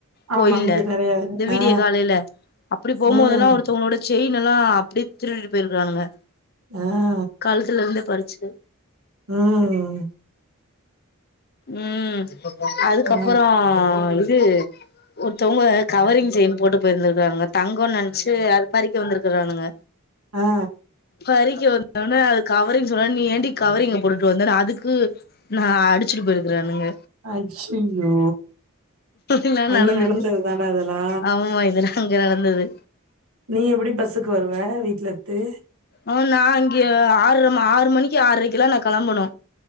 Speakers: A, on the left; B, on the right.
A: கோயில்ல
B: ஆமா இங்க நெறைய
A: இந்த வீடிய
B: ஆ
A: காலையில அப்டி போமோதெல்லா
B: ம்
A: ஒருத்தவங்களோட செயினெல்லா அப்புடே திருட்டிட்டு போயிருக்கானுங்க
B: ஆ
A: காழுத்துலருந்து பறிச்சு
B: ம்
A: ம் அதுக்கப்பறோ
B: ஆ
A: இது ஒருத்தவுங்க கவரிங் செயின் போட்டு போயிருந்திருக்காங்க தங்கோன் நென்ச்சி அது பறிக் க வந்துருக்கறானுங்க
B: ஆ
A: பறிக்க வந்தோனே அது கவரிங் சொன்ன நீ ஏன்டி கவரிங்க போட்டுட்டு வந்தே அதுக்கு நா அடி ச்சிட்டு போயிருக்கறானுங்க
B: அய்யய்யோ
A: இதல்லா
B: அங்க
A: நடந்துருது
B: நடந்தது தான அதெல்லா
A: ஆமா இதெல்லா அங்க நடந்தர்து
B: நீ எப்படி பஸ்ஸுக்கு வருவ வீட்டலர்து
A: ம் நா இங்க ஆர்ற ஆறு மணிக்கு ஆரைக்கல்லா நா களம்பனோ